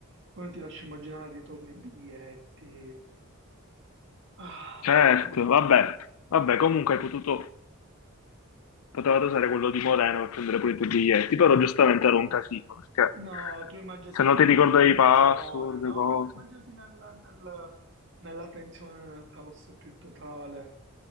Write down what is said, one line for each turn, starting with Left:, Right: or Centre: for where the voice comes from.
Right: Poi non ti lascio immaginare ritorni, biglietti. Ah,
Left: Certo,
Right: niente.
Left: vabbè, vabbè, comunque
Right: niente.
Left: hai potuto, potevate usare quello di Moreno per prendere pure i tuoi biglietti, però giustamente era un casino, perché
Right: No, tu immaginati
Left: se
Right: nel
Left: non ti
Right: momento
Left: ricordavi
Right: di tensione,
Left: i password,
Right: no?
Left: cose,
Right: Immaginati nella, nel- nella tensione, nel caos più totale.